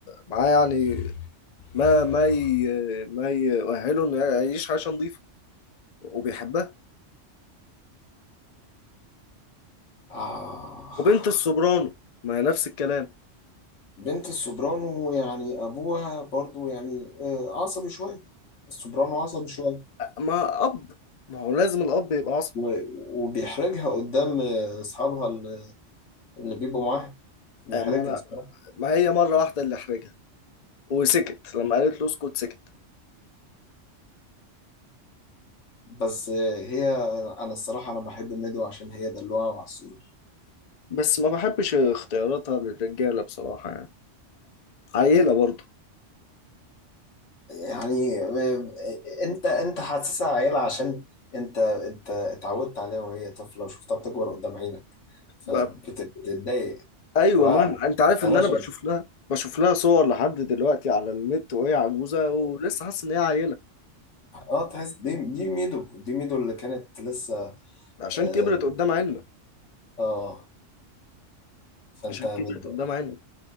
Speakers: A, on the left; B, on the left.
A: معاه يعني ما ما ي... ما يؤهله انه يعيش عيشة نظيفة وبيحبها
B: آه.
A: وبنت السوبرانو ما هي نفس الكلام
B: بنت السوبرانو يعني ابوها برضو يعني آه، عصبي شويه السوبرانو عصبي شويه
A: ما اب ما هو لازم الاب يبقى عصبي
B: و- وبيحرجها قدام آه، اصحابها اللي اللي بيبقوا معاها بيحرجها
A: آه، ما انا
B: الصراحه
A: ما هي مره واحده اللي احرجها وسكت لما قالت له اسكت سكت
B: بس آه، هي انا الصراحه انا بحب ميدو عشان هي دلوعه وعسوله
A: بس ما بحبش اختياراتها للرجاله بصراحه يعني عيله برضه
B: يعني ب- انت انت حاسسها عيلة عشان انت انت اتعودت عليها وهي طفلة وشفتها بتكبر قدام عينك فبتتضايق
A: ب- ايوه
B: فبقى
A: مهما انت عارف ان
B: انا
A: انا
B: شغل
A: بشوف لها بشوف لها صور لحد دلوقتي على النت وهي عجوزه ولسه حاسس ان هي عيله
B: اه تحس دي دي ميدو دي ميدو اللي كانت لسه
A: عشان
B: اه,
A: كبرت قدام عيننا
B: آه فانت
A: عشان كبرت
B: بت...
A: قدام عيننا